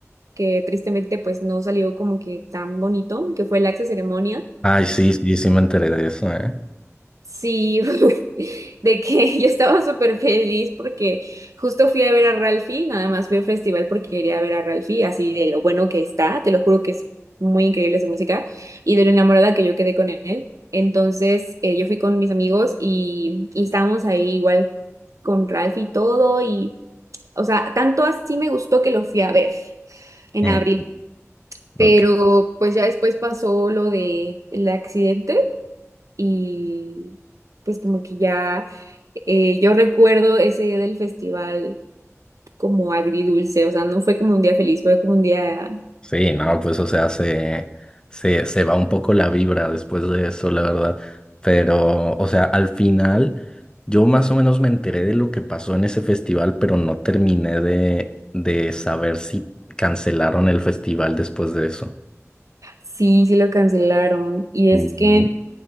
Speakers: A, on the right (about 80°); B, on the left (about 15°).
A: que tristemente pues no salió como que tan bonito, que fue el Axe Ceremonia,
B: Ay, sí, sí, sí me enteré de eso, ¿eh?
A: Sí, <laughs> de que yo estaba súper feliz porque justo fui a ver a Ralphie, nada más fui al festival porque quería ver a Ralphie, así de lo bueno que está, te lo juro que es muy increíble su música y de lo enamorada que yo quedé con él. Entonces eh, yo fui con mis amigos y, y estábamos ahí igual con Ralphie y todo y, o sea, tanto así me gustó que lo fui a ver en
B: Ujú,
A: abril, pero
B: Ok.
A: pues ya después pasó lo del accidente y pues como que ya eh, yo recuerdo ese día del festival como agridulce, o sea, no fue como un día feliz, fue como un día,
B: Sí, no, pues o sea, se, se, se va un poco la vibra después de eso, la verdad. Pero, o sea, al final yo más o menos me enteré de lo que pasó en ese festival, pero no terminé de, de saber si cancelaron el festival después de eso.
A: sí, sí lo cancelaron. Y
B: Ujú.
A: es que